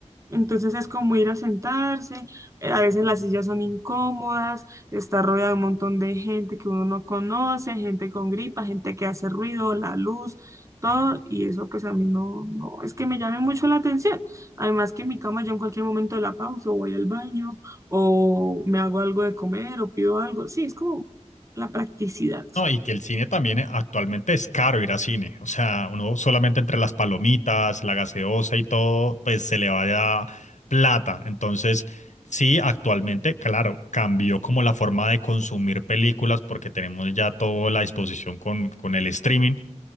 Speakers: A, on the right; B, on the left.
A: Entonces es como ir a sentarse, eh, a veces las sillas son incómodas, está rodeado de un montón de gente que uno no conoce, gente con gripa, gente que hace ruido, la luz, todo, y eso pues a mí no, no, es que me llame mucho la atención. Además que en mi cama yo en cualquier momento de la pausa o voy al baño o me hago algo de comer o pido algo. Sí, es como la practicidad.
B: No, y que el cine también eh, actualmente es caro ir a cine, o sea, uno solamente entre las palomitas, la gaseosa y todo, pues se le vaya plata. Entonces, sí, actualmente, claro, cambió como la forma de consumir películas porque tenemos ya toda la disposición con, con el streaming